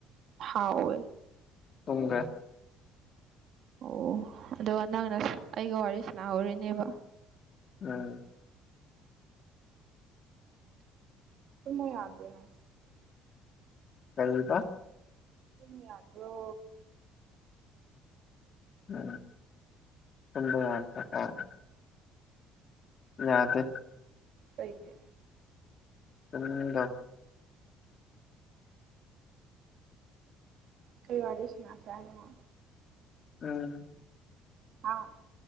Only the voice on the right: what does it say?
ꯍꯥꯥꯎꯋ
ꯑꯣ ꯑꯗꯨꯒ ꯅꯪꯅ ꯑꯩꯒ ꯋꯥꯔꯤ ꯁꯅꯥꯍꯧꯔꯤꯅꯦꯕ
ꯃ ꯌꯥꯗꯅ
ꯇ ꯌꯥꯗ꯭ꯔꯣ
ꯀꯩꯒꯤ
ꯀꯩꯋꯥꯔꯤ ꯁꯟꯅ ꯖꯥꯠꯅꯣ
ꯑꯥ